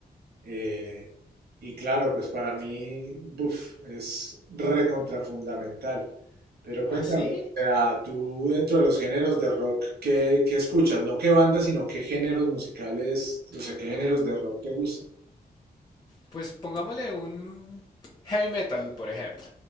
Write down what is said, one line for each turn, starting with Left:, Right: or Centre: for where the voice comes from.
Right: eh, y claro, pues para mí, buf, es recontrafundamental. Pero
Left: Así,
Right: cuéntame, o sea, tú dentro de los géneros de rock, ¿qué, qué escuchas? No qué bandas, sino qué géneros musicales, o sea, qué géneros de rock te gustan.
Left: pues pongámosle un heavy metal, por ejemplo.